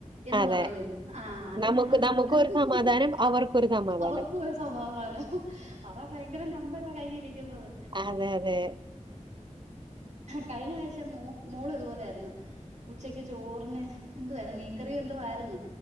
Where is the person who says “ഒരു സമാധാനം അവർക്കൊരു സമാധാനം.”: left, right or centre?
Right